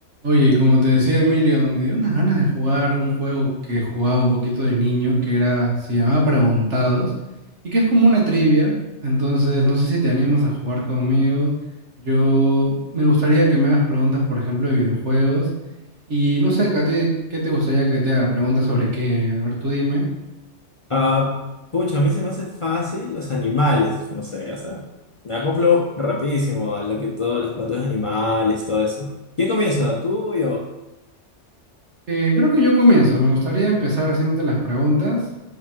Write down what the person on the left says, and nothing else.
Ah, pucha, a mí se me hace fácil los animales, no sé, o sea, me acoplo rapidísimo a lo que todas las plantas animales, todo eso. ¿Quién comienza? ¿Tú o yo?